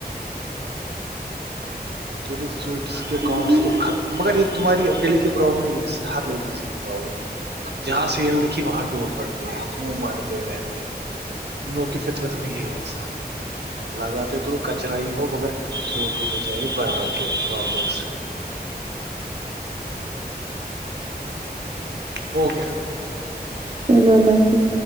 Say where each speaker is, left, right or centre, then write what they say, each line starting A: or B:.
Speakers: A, on the right (about 80°); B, on the right (about 40°).
A: ت سوٹ کے
B: چلو
A: اکؤنٹ تو ختم مگر یہ تمہاری اکلے کی پرابلم نہیں ہے ہر لیڈیز لم جہاں سیل دکھی وہاں ٹوٹ پڑتے منہ مارتے رہتے ہم لوگ کی فطرت میں ہی ہے ایسا لگاتے تو کچرا ہی ہو مگر سوٹ ہونے چاہیے بھر بھر کے لاکرس ہو گیا
B: چلو اللہ حافظ